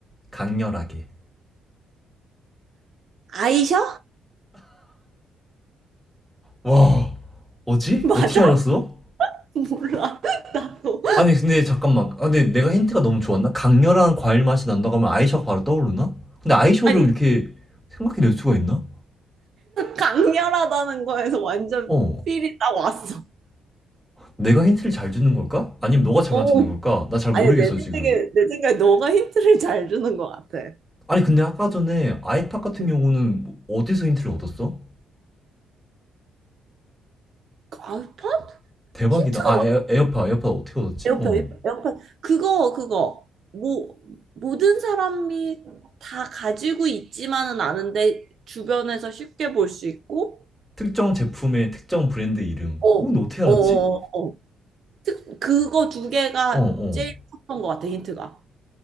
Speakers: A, in the centre; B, on the right (about 60°).
A: 강렬하게.
B: 아이셔?
A: 와, 뭐지?
B: <laughs> 맞아?
A: 어떻게 알았어?
B: <laughs> 몰라. <laughs> 나도.
A: 아니, 근데 잠깐만. 아, 근데 내가 힌트가 너무 좋았나? 강렬한 과일 맛이 난다고 하면 아이셔가 바로 떠오르나? 근데 아이셔를
B: 아니,
A: 이렇게 생각해낼 수가 있나?
B: 강렬하다는 거에서 완전
A: 어,
B: 필이 딱 왔어.
A: 내가 힌트를 잘 주는 걸까? 아니면 너가 잘
B: 어.
A: 맞추는 걸까? 나 잘 모르겠어,
B: 아니, 내 생각에,
A: 지금.
B: 내 생각에 너가 힌트를 잘 주는 것 같아.
A: 아니, 근데 아까 전에 아이팟 같은
B: 응.
A: 경우는 어디서 힌트를 얻었어?
B: 알팟?
A: 대박이다.
B: 힌트가,
A: 아, 에어, 에어팟, 에어팟 어떻게 얻었지?
B: 에어팟,
A: 어.
B: 에어팟. 그거, 그거. 뭐, 모든 사람이 다 가지고 있지만은 않은데, 주변에서 쉽게 볼 수 있고,
A: 특정 제품의 특정 브랜드 이름.
B: 어, 어,
A: 어, 너 어떻게 알았지?
B: 어, 어. 특, 그거 두 개가
A: 어, 어.
B: 제일 컸던 것 같아, 힌트가.